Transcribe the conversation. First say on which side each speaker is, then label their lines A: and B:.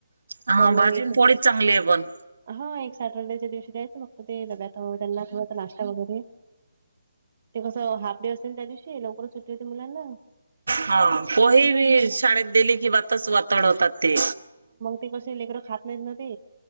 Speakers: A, on the right (about 90°); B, on the right (about 30°).
A: हा भाजी
B: मग एक
A: पण पोळीच चांगली हाय पण.
B: हा एक सॅटर्डेच्या दिवशी द्यायचं फक्त ते डब्यात त्यांना थोडासा नाष्टा वगैरे. ते कसं हाफ डे असते त्या दिवशी लवकरच सुट्टी होती मुलांना.
A: हा पोहे
B: हम्म.
A: बीये शाळेत दिली किं ते वातच वताड होतात ते.
B: ती कशी लेकरं खात नायत ते.